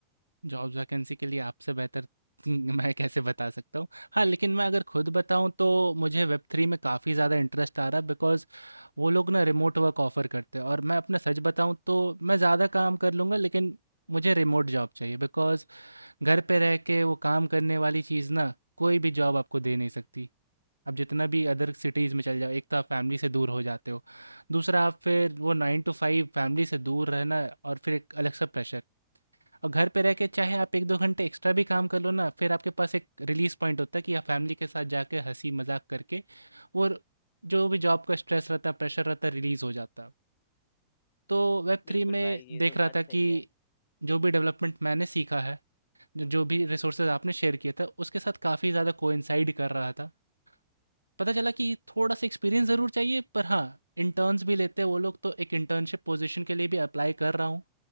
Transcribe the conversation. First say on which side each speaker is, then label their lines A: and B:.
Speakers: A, on the right; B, on the left.
A: जॉब्स वैकेंसी के लिए आपसे बेहतर <laughs> मैं कैसे बता सकता हूँ हाँ लेकिन मैं अगर खुद बताऊँ तो मुझे वेब थ्री में काफ़ी ज़्यादा इंटरेस्ट आ रहा है बिकॉज़ वो लोग ना रिमोट वर्क ऑफर करते हैं और मैं अपना सच बताऊँ तो मैं ज़्यादा काम कर लूँगा लेकिन मुझे रिमोट जॉब चाहिए बिकॉज़ घर पे रह के वो काम करने वाली चीज़ ना कोई भी जॉब आपको दे नहीं सकती आप जितना भी अदर सिटीज़ में चल जाओ एक तो आप फैमिली से दूर हो जाते हो दूसरा आप फिर वो नाइन टू फाइव फैमिली से दूर रहना और फिर एक अलग सा प्रेशर और घर पे रह के चाहे आप 1-2 घंटे एक्स्ट्रा भी काम कर लो ना, फिर आपके पास एक रिलीज़ पॉइंट होता है कि आप फैमिली के साथ जाके हँसी-मज़ाक करके और जो भी जॉब का स्ट्रेस रहता है, प्रेशर रहता है, रिलीज़ हो जाता है। तो वेब
B: बिल्कुल
A: 3 में
B: भाई ये
A: देख
B: तो
A: रहा
B: बात
A: था
B: सही
A: कि
B: है
A: जो भी डेवलपमेंट मैंने सीखा है, ज जो भी रिसोर्सेज़ आपने शेयर किए थे, उसके साथ काफ़ी ज़्यादा कोइंसाइड कर रहा था। पता चला कि थोड़ा-सा एक्सपीरियंस ज़रूर चाहिए, पर हाँ, इंटर्न्स भी लेते हैं वो लोग, तो एक इंटर्नशिप पोज़ीशन के लिए भी अप्लाई कर रहा हूँ।